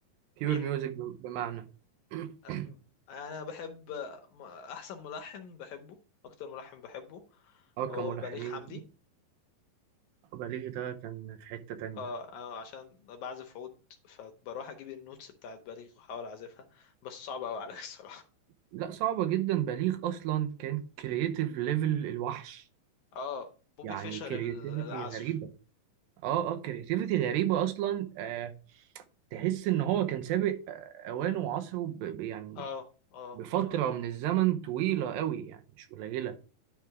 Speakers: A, on the right; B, on the left.
A: بيور
B: مين
A: ميوزك بمعنى <clears throat>
B: أم- انا بحب م- احسن ملحن بحبه اكتر ملحن بحبه
A: اه
B: هو
A: كملحنين
B: بليغ حمدي
A: وكده. بليغ ده كان في حتة تانية
B: اه آه، عشان بعزف عود فبروح اجيب النوتس بتاعت بليغ واحاول اعزفها بس صعب قوي عليا <laughs> الصراحه
A: لا صعبة جدا بليغ اصلا كان كرييتيف ليفل الوحش
B: اه بوبي
A: يعني
B: فيشر
A: كرياتيفيتي
B: ال- العزف
A: غريبة اه اه كرياتيفيتي غريبة اصلا آه تحس ان هو كان سابق آه، اوانه وعصره ب... ب- يعني
B: اه اه
A: بفترة من الزمن طويلة قوي يعني مش قليلة